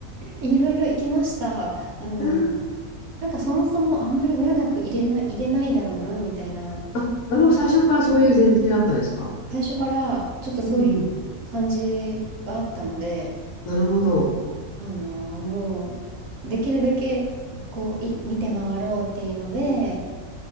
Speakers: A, on the right (about 65°); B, on the left (about 65°).
A: いろいろ行きました。あの、
B: ー
A: なんかそもそもあんまり長く入れない、入れないだろうな、みたいな、
B: あ、なるほど。最初からそういう前提だったんですか。
A: 最初からちょっとそういう感じがあったので、
B: うんうん。なるほど。
A: あの、もう、できるだけ、こう、い、見て回ろうっていうので、えっ